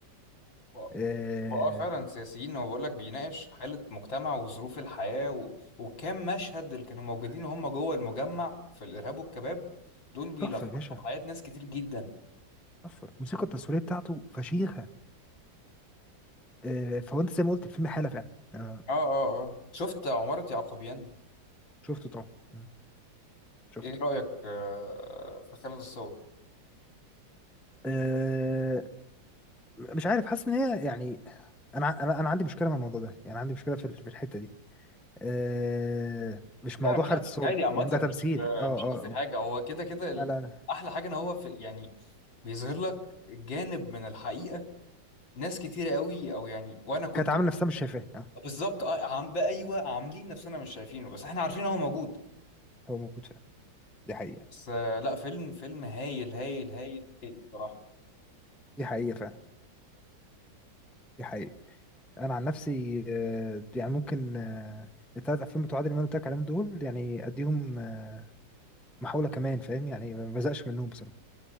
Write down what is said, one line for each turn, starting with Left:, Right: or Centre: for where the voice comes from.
Left: و-
Centre: آه،
Left: واه فعلا سياسيين هو بيقول لك بيناقش حاله مجتمع وظروف الحياه و... وكم مشهد اللي كانوا موجودين وهم جوه المجمع في الارهاب والكباب دول بيلخصوا
Centre: تحفه يا باشا
Left: حياه ناس كتير جدا
Centre: تحفه الموسيقى التصويريه بتاعته فشيخه آه، فهو انت زي ما قلت الفيلم حاله فعلا آه،
Left: اه اه اه شفت عماره يعقوبيان
Centre: شفته طبعا آه، شفته
Left: ايه رايك آه، في خالد الصاوي
Centre: آه، مش عارف حاسس ان هي يعني انا ع- انا انا عندي مشكله مع الموضوع ده يعني عندي مشكله في ال- في الحته دي أه مش
Left: لا
Centre: موضوع
Left: انا بناقش
Centre: حاره الصوت
Left: عادي عامه
Centre: فاهم ده تمثيل
Left: مش
Centre: اه اه
Left: مش قصدي
Centre: اه
Left: حاجه هو كده كده ال-
Centre: لا لا لا.
Left: احلى حاجه ان هو في يعني بيظهر لك جانب من الحقيقه ناس كتيره قوي او يعني وانا كنت
Centre: كانت عامله نفسها مش شايفاه اه
Left: بالظبط اه عم بقى ايوه عاملين نفسنا مش شايفينه بس احنا عارفين هو موجود
Centre: هو موجود فعلا دي حقيقه
Left: بس آه، لا فيلم فيلم هايل هايل هايل هايل بصراحه
Centre: دي حقيقه فعلا دي حقيقه انا عن نفسي أه يعني ممكن أه الثلاث افلام بتوع عادل امام اللي قلت لك عليهم دول يعني اديهم آه، محاوله كمان فاهم يعني ما بزقش منهم بصراحه